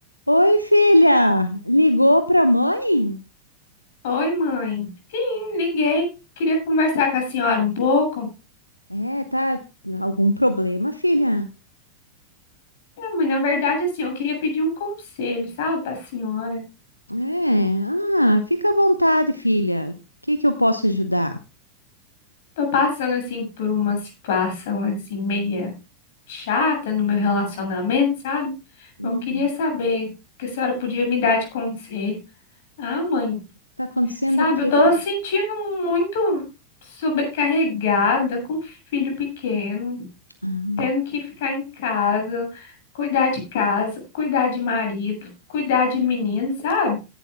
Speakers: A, on the left (about 85°); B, on the left (about 55°).
A: Oi, filha! Ligou pra mãe?
B: Oi, mãe. Sim, liguei. Queria conversar com a senhora um pouco.
A: É, tá algum problema, filha?
B: É, mãe, na verdade, assim, eu queria pedir um conselho, sabe, para senhora.
A: É, ah, fica à vontade, filha. O que que eu posso ajudar?
B: Tô passando, assim, por uma situação, assim, meia chata no meu relacionamento, sabe?
A: Hum,
B: Eu queria saber o que a senhora podia me dar de conselho. Ah, mãe,
A: tá acontecendo
B: sabe,
A: o quê,
B: eu tô
A: filha?
B: sentindo muito sobrecarregada com um filho pequeno.
A: Ah,
B: tendo que ficar em casa, cuidar de casa, cuidar de marido, cuidar de menino, sabe?